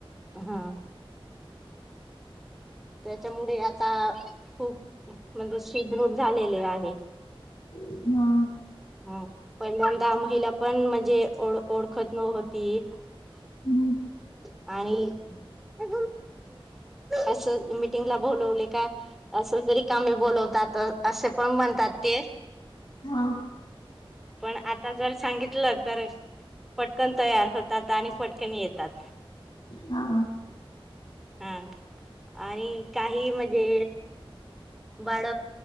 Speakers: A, in the centre; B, on the left (about 50°).
A: हा त्याच्यामुळे आता खूप म्हणजे सुधरून झालेले आहे.
B: हा
A: हम्म पहिल्याणदा महिला पण म्हणजे ओ ओळखत नव्हती
B: हम्म
A: आणि <inaudible> असं मिटिंग ला बोलवले का असंच रिकामे बोल तात असे पण म्हण म्हणतात ते
B: हा
A: पण आता जर सांगितलं तर पटकन तयार होतात आणि पटकन येतात
B: हा
A: हा. आणि काही म्हणजे बाळ